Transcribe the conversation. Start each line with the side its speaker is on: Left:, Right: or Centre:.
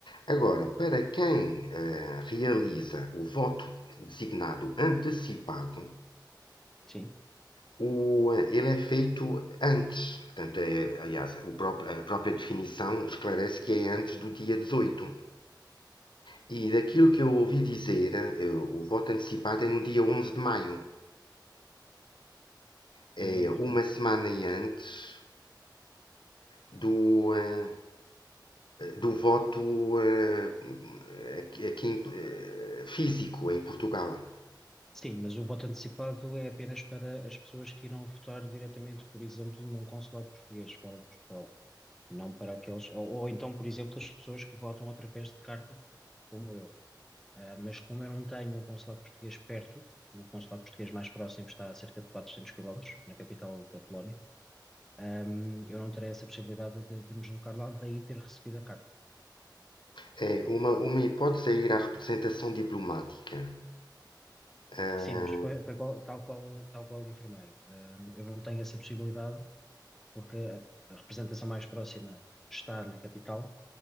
Left: Agora, para quem eh, realiza o voto designado antecipado,
Centre: sim,
Left: o, eh, ele é feito antes. Portanto, é, aliás, o próprio- a própria definição esclarece que é antes do dia 18. E daquilo que eu ouvi dizer, eh, o voto antecipado é no dia 11 de maio. É
Centre: muito
Left: uma
Centre: bem.
Left: semana antes do, eh, do voto eh, aqui, em- eh, físico em Portugal.
Centre: Sim, mas o voto antecipado é apenas para as pessoas que irão votar diretamente, por exemplo, num consulado português fora de Portugal, não para aqueles, ou, ou então, por exemplo, as pessoas que votam através de carta, como eu. Ah, mas como eu não tenho um consulado português perto, o consulado português mais próximo está a cerca de 400 quilómetros, na capital da Polónia, ah, eu não terei essa possibilidade de, de me deslocar lá, daí ter recebido a carta.
Left: É uma, uma hipótese é ir à representação diplomática. Ah,
Centre: Sim, mas foi, foi qual- tal qual, tal qual informei. Ahm, eu não tenho essa possibilidade porque a, a representação mais próxima está na capital